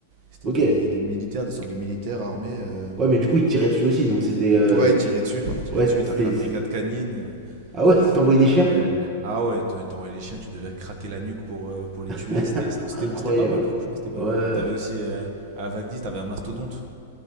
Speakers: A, on the right; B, on the right.
A: c'était
B: Ok,
A: des, des- des militaires, des sortes de militaires armés. euh.
B: Ouais, mais du coup, il te tirait dessus aussi, donc c'était. euh,
A: Ouais, ils tiraient dessus, ils tiraient
B: Ouais,
A: dessus.
B: c'était.
A: T'avais la brigade canine. euh,
B: Ah ouais, il t'envoyait
A: la-
B: des chiens?
A: ouais, ah ouais, t'en- t'envoyais les chiens, tu devais craquer la nuque pour euh, pour les
B: <laughs>
A: tuer. C'était c'était
B: Incroyable.
A: c'était pas mal, franchement, c'était pas
B: Ouais.
A: mal. Et t'avais aussi euh, à Vagdis, t'avais un mastodonte.